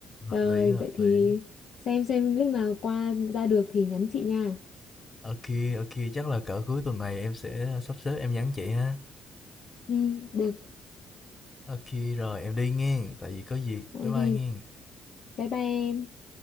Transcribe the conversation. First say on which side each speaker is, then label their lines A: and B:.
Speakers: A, on the left (about 30°); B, on the left (about 65°).
A: hợp
B: rồi
A: lý, hợp
B: vậy thì
A: lý.
B: xem xem lúc nào qua ra được thì nhắn chị nha
A: ok ok chắc là cỡ cuối tuần này em sẽ sắp xếp em nhắn chị ha.
B: ừ, được
A: Ô rồi em đi nghen, tại vì có việc.
B: ok
A: Bye bye nghen.
B: bye bye em